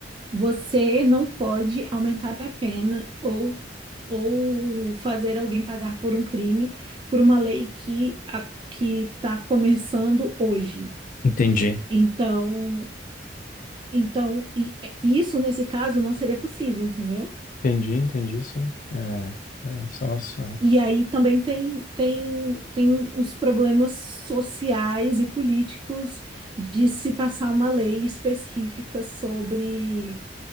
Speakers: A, on the right; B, on the left.
A: você não pode aumentar a pena ou ou fazer alguém pagar por um crime por uma lei que a, que está começando hoje.
B: entendi.
A: Então, então e, e isso nesse caso não seria possível, entendeu?
B: Entendi, entendi, sim. É, é, são as.
A: E aí também tem, tem, tem uns problemas sociais e políticos de se passar uma lei específica sobre.